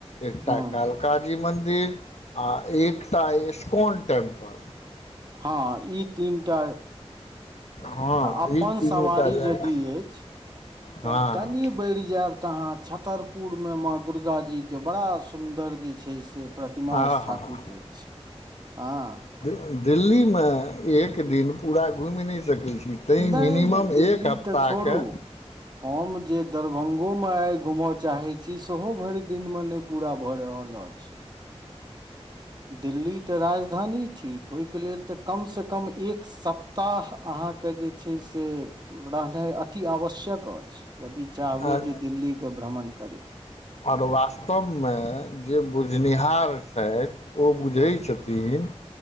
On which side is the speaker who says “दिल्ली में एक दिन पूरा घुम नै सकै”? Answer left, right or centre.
Left